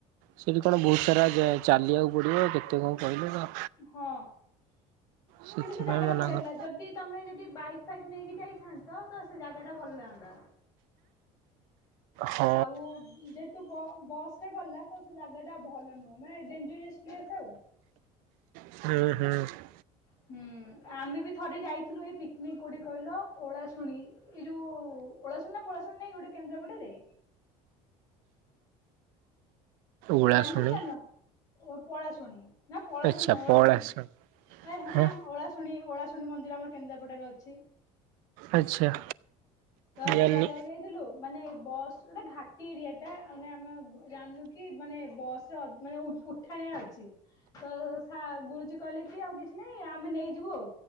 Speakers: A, on the right (about 75°); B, on the left (about 25°).
A: ସେଇଠି କଣ ବହୁତ ସାରା ଚାଲିବାକୁ ପଡ଼ିବ କେତେ କଣ କହିଲେ ଆ
B: ହଁ
A: ସେଥିପାଇଁ
B: କିନ୍ତୁ ସେ ଜାଗା ଟା
A: ମନା
B: ପଡେଇଲା
A: କର
B: ଯଦି ତମେ ଯଦି ବାଇକ୍ ଫାଇକ୍ ନେଇକି ଯାଇଥାନ୍ତ ତ ସେ ଜାଗା ଟା ଭଲ ଲାଗନ୍ତା।
A: ହ।
B: ଆଉ ଯେହେତୁ ବସରେ ଗଲା ତ ସେ ଜାଗା ଟା ଭଲ ନୁହଁ ମାନେ ଡେଞ୍ଜରିୟସ୍ ସ୍ପେସ୍ ଆଉ।
A: <unintelligible>
B: ହୁଁ ଆମେ ବି ଥରେ ଯାଇଥିଲୁ ଏଇ ପିକନିକ୍ କୋଠି କହିଲ ଓଳା ଶୁଣି। ଏଇ ଯୋଉ ଓଳାସୁଣୀ ନା ଫୋଲାସୁଣୀ ନାଇଁ ଗୋଟେ କେନ୍ଦ୍ରାପଡ଼ା ରେ?
A: ଉଳାଶୁଣି
B: ଜାଣିଛ ନା ଜାଣିନ ପଳାଶୁଣି? ନା ପଳାଶୁଣୀ
A: ଆଚ୍ଛା
B: ନୁହଁ ଓଳାଶୁଣୀ
A: ପଳାଶୁଣି
B: ହେ ନ
A: ହଁ
B: ଓଳାଶୁଣୀ। ଶୁଣି ଓଳାଶୁଣି ମନ୍ଦିର ଆମ କେନ୍ଦ୍ରାପଡ଼ାରେ ଅଛି।
A: ଆଚ୍ଛା।
B: ତ
A: ଜାଣିନି
B: ସେ ଜାଗାକୁ ଯାଇଥିଲୁ। ମାନେ ବସ୍ ଗଟେ ଘାଟି ଏରିଆ ଟା ମାନେ ଆମେ ଜାଣିଲୁ କି ମାନେ ବସ୍ ମାନେ ଉଠାଣିଆ ଅଛି। ତ ଗୁରୁଜୀ କହିଲେ କି ଆଉ କିଛି ନାହିଁ ଆମେ ନେଇଯିବୁ ଆଉ।